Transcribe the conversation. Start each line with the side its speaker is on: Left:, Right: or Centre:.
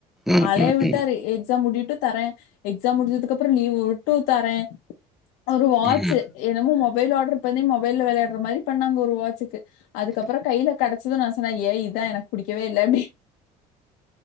Centre: ம்,
Left: அழைய
Centre: ம்,
Left: விட்டாரு
Centre: ம்.
Left: எக்ஸாம் முடிட்டு விட்டு தரேன் எக்ஸாம் உடதுக்கு அப்புறம் லீவ் விட்டு தரேன் ஒரு வா
Centre: ம்.
Left: ச்சு என்னமோ மொபைல் ஆடர் பண்ணி மொபைல விளையாடுறமாதிரி பண்ணாங்க ஒரு வாட்சுக்கு அதுக்கப்புறம் கையில கட அப்பையும் நான் சொன்னேன் ஏய் எனக்கு இதன் புடிக்கவேஇல்லானு